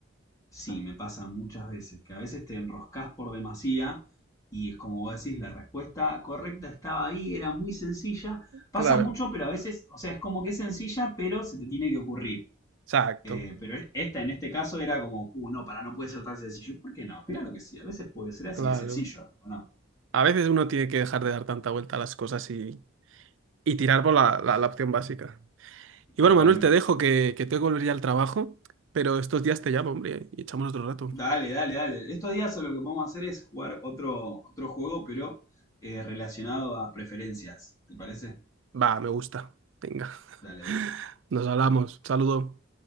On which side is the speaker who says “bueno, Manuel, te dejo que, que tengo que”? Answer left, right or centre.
Right